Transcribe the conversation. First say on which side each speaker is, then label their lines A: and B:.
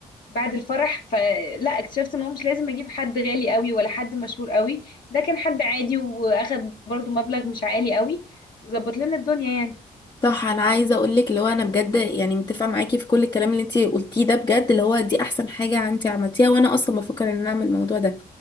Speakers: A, on the left; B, on the left.
A: بعد الفرح فلا اكتشفت ان هو مش لازم اجيب حد غالي قوي ولا حد مشهور قوي ده كان حد عادي واخد برضو مبلغ مش عالي قوي وظبط لنا الدنيا يعني
B: صح انا عايزه اقول لك اللي هو انا بجد يعني متفقه معاكي في كل الكلام اللي انت قلتيه ده بجد اللي هو دي احسن حاجه انت عملتيها وانا اصلا بفكر ان أنا اعمل الموضوع ده